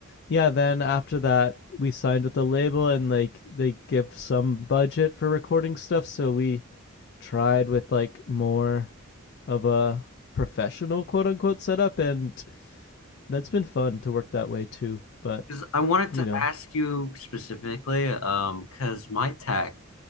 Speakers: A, on the left; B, on the left.
A: yeah, then after that we signed with the label and like they give some budget for recording stuff, so we tried with like more of a professional quote unquote setup and that's been fun to work that way too, but
B: Because I wanted
A: you
B: to
A: know.
B: ask you specifically, um, because my tech